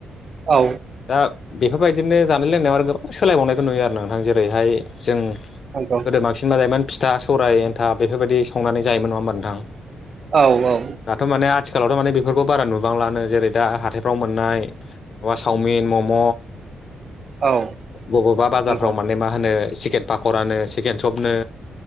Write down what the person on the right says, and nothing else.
औ
नंगौ
औ औ
औ
नंगौ